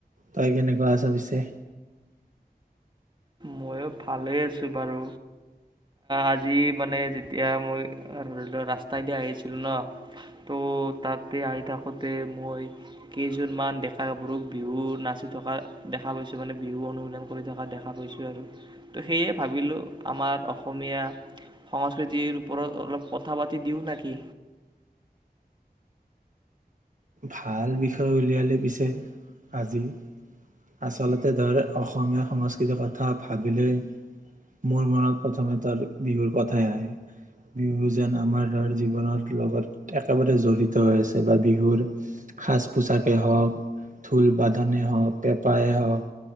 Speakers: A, on the right; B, on the right.
A: তই কেনেকুৱা আছ পিছে
B: ময়ো ভালে আছো বাৰু আজি মানে যেতিয়া মই ধৰি লোৱা ৰাস্তাইদি আহিছিলো ন ত' তাতে আহি থাকোঁতে মই কেইজনমান ডেকা গাভৰুক বিহু নাচি থকা দেখা পাইছো মানে বিহু অনুশীলন কৰি থকা দেখা ছোঁ আৰু ত' সেয়ে ভাবিলোঁ আমাৰ অসমীয়া সংস্কৃতিৰ ওপৰত অলপ কথা পাতি দিওঁ নে কি
A: ভাল বিষয় উলিয়ালে পিছে আজি আচলতে ধৰ অসমীয়া সংস্কৃতিৰ কথা ভাবিলে মোৰ মনত প্ৰথমে ধৰ বিহুৰ কথাই আহে বিহু যেন আমাৰ ধৰ জীৱনৰত লগত একেবাৰে জড়িত হৈ আছে বা বিহুৰ সাজ পোচাকেই হওঁক ঢোল বাদনে হওঁক পেপাই হওঁক